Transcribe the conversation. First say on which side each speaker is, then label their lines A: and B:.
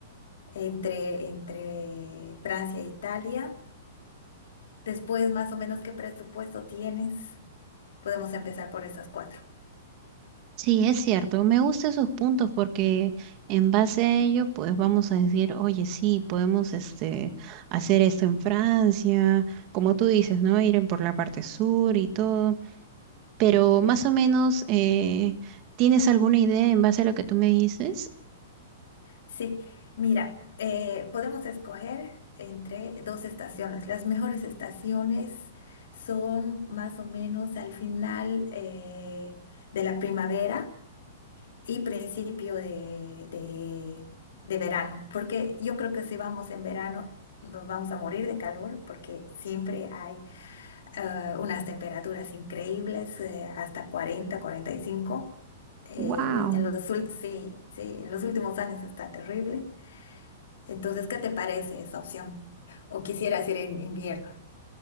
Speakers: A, on the left (about 70°); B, on the right (about 30°).
A: entre, entre Francia e Italia. Después, más o menos, qué presupuesto tienes. Podemos empezar por esas cuatro.
B: Sí, es cierto. Me gustan esos puntos porque en base a ello, pues vamos a decir, oye, sí, podemos este, hacer esto en Francia, como tú dices, ¿no? Ir en por la parte sur y todo. Pero más o menos, eh, ¿tienes alguna idea en base a lo que tú me dices?
A: Sí, mira, eh, podemos escoger entre dos estaciones. Las mejores estaciones son más o menos al final eh, de la primavera y principio de, de, de verano, porque yo creo que si vamos en verano nos vamos a morir de calor porque siempre hay eh, unas temperaturas increíbles, eh, hasta 40, 45. eh,
B: Wow.
A: ul- en los, ul- sí, sí, en los últimos años está terrible. Entonces, ¿qué te parece esa opción? ¿O quisieras ir en invierno?